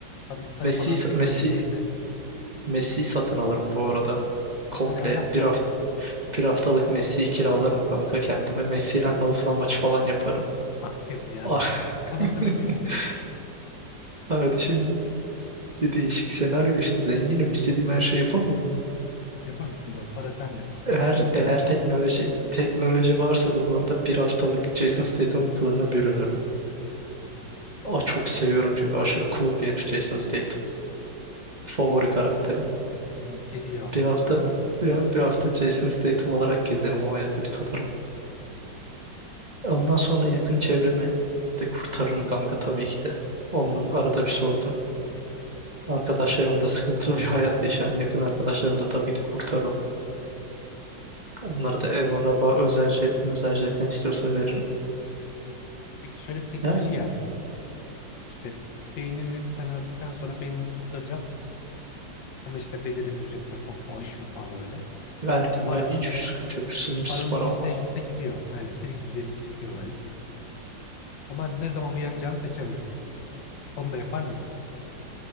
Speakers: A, on the left; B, on the right.
A: Sandıklara
B: Messi
A: falan direkt
B: Messi
A: böyle ev mev.
B: Messi satın alırım bu arada. Komple
A: Yani ne alaka?
B: bir hafta bir haftalık Messi'yi kiralarım kanka kendime. Messi'yle halı saha maçı falan yaparım.
A: Hayır ya.
B: Ah,
A: Bu
B: <laughs>
A: nasıl bir vizyon?
B: Kardeşim benim. İşte değişik senaryo işte zenginim istediğim her şeyi yapamıyor muyum?
A: Yapamıyorsun doğru. Para sende.
B: Eğer
A: Buyur kanka.
B: eğer teknoloji teknoloji varsa da bu arada bir haftalık Jason Statham'ın kılığına bürünürüm. Aa, çok seviyorum çünkü aşırı cool bir herif Jason Statham. Favori karakterim.
A: Elin keli yahu
B: Bir hafta
A: ne yapacaksın?
B: ya bir hafta Jason Statham olarak gezerim o hayatı bir tadarım. Ondan sonra yakın çevremi de kurtarırım kanka tabii ki de. Onu arada bir sordum. Arkadaşlarım da sıkıntılı bir <laughs> hayat yaşayan yakın arkadaşlarım da tabii de kurtarırım. Onlara da ev, araba, özel jet mi, özel jet ne istiyorsa veririm.
A: Peki şöyle bir teknoloji
B: Yani
A: geldi. İşte beynini sen öldükten sonra beynini kurtaracağız. Ama işte belirli bir ücret var. Çok pa- aşırı pahalı böyle.
B: verdim
A: Paranın
B: ya hiç sıkıntı yok. Sınırsız
A: paranın
B: param
A: %50'si
B: var.
A: gidiyor. Aynen direkt %50'si gidiyor böyle. Ama ne zaman uyanacağını seçemiyorsun. Onu da yapar mıydın?